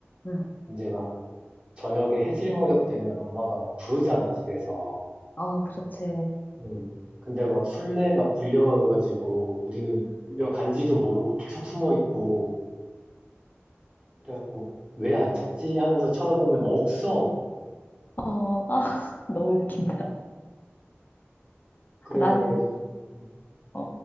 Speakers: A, on the left (about 40°); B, on the right (about 25°).
A: 응.
B: 이제 막 저녁에 해질 무렵 되면 엄마가 막 부르잖아, 집에서.
A: 아, 그렇지.
B: 음. 근데 막 술래가 불려가가지고 우리는 불려간지도 모르고 계속 숨어 있고 그래갖고 왜 안 찾지 하면서 쳐다보면 없어.
A: 어, 아, <laughs> 너무 웃긴다.
B: 그래가지고
A: 나는,
B: 음,
A: 어,